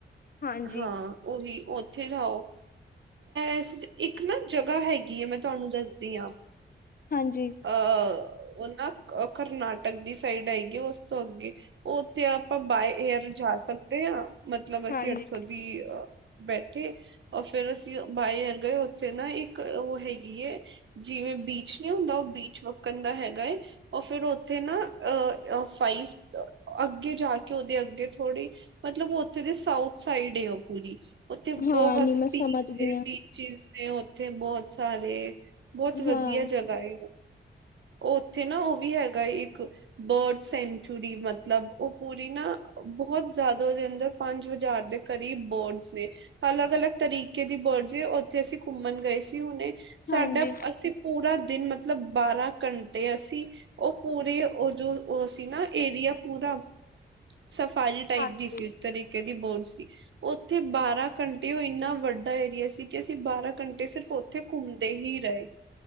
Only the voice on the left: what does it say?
ਹਾਂਜੀ।
ਹਾਂਜੀ
ਹਾਂਜੀ
ਹਾਂ
ਨੀ ਮੈਂ
ਸਮਝ ਗਈ
ਹਾਂ
ਹਾਂ।
ਹਾਂਜੀ
ਹਾਂਜੀ